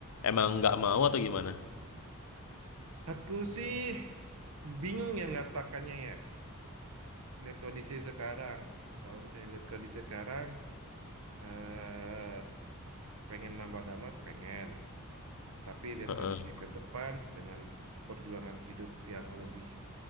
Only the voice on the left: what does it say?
emang nggak mau atau gimana?
Heeh,